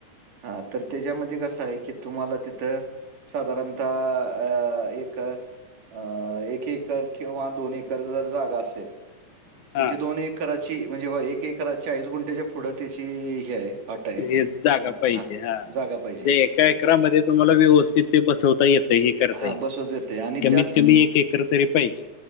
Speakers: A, on the right (about 75°); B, on the left (about 70°).
A: हा तर त्याच्यामध्ये कसं आहे की तुम्हाला तिथं साधारणता अ अ एक अ एक एकर किंवा दोन एकर जर जागा असेल.
B: हा
A: त्याची दोन एकराची म्हणजे बा एक एकर चाळीस गुंठ्याच्या पुढं त्याची हे आहे. अट आहे
B: हे जागा पाहिजे.
A: हां
B: हा म्हणजे
A: जागा पाहिजे
B: एका एकरा मध्ये तुम्हाला व्यवस्थित ते बसवता येते. हे करता
A: हां
B: येते.
A: बसवता आणि
B: कमीत कमी एक एकर तरी पाहिजे.